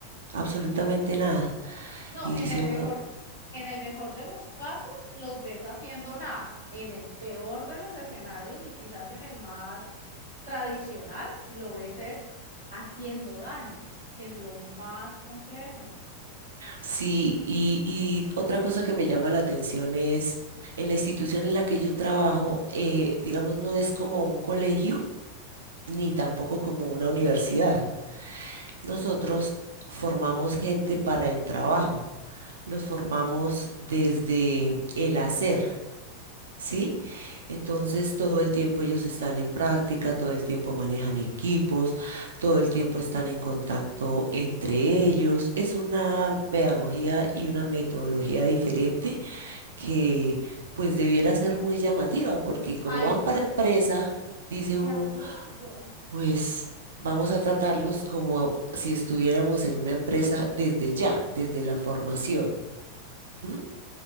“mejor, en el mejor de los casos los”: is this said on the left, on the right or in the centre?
Left